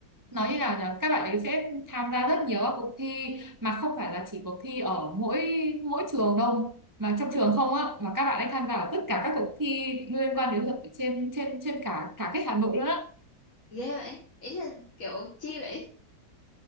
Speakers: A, on the right; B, on the left.
A: nói như nào nhỉ các bạn ấy sẽ tham gia rất nhiều các cuộc thi mà không phải là chỉ cuộc thi ở mỗi mỗi trường đâu mà trong trường không á mà các bạn ấy tham gia ở tất cả các cuộc thi liên quan đến luật ở trên trên trên cả cả cái Hà Nội luôn á
B: Ghê vậy, ý là, kiểu, chi vậy?